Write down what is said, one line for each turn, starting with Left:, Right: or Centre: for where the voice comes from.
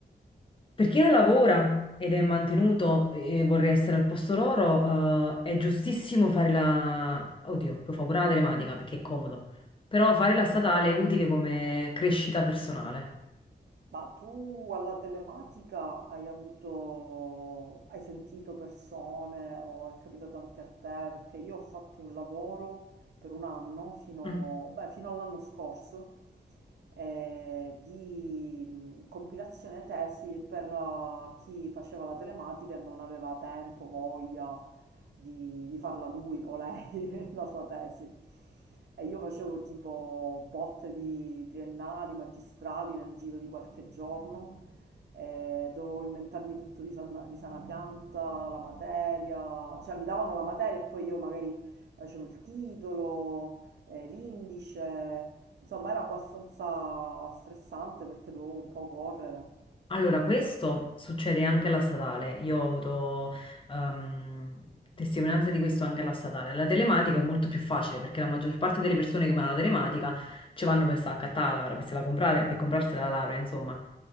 Left: Per chi non lavora ed è mantenuto e vorrei essere al posto loro, eh, è giustissimo fare la... Oddio, poi fa pure la telematica perché è comodo, però fare la statale è utile come crescita personale.
Right: Ma tu alla telematica hai avuto, hai sentito persone o è capitato anche a te? Perché io ho fatto un lavoro per un anno, fino,
Left: Mm.
Right: beh, fino all'anno scorso, eh, di mh, compilazione tesi per eh, chi faceva la telematica e non aveva tempo, voglia di, di farla lui o lei, <laughs> la sua tesi. E io facevo tipo botte di triennali, magistrali nel giro di qualche giorno, eh, dovevo inventarmi tutto di sana, di sana pianta, la materia, cioè mi davano la materia e poi io magari facevo il titolo, eh, l'indice, insomma era abbastanza stressante perché dovevo un po' correre.
Left: Allora, questo succede anche alla statale. Io ho avuto ehm, testimonianza di questo anche alla statale. La telematica è molto più facile perché la maggior parte delle persone che vanno alla telematica ci vanno per scattare la laurea, per se la comprare, per comprarsi la laurea, insomma.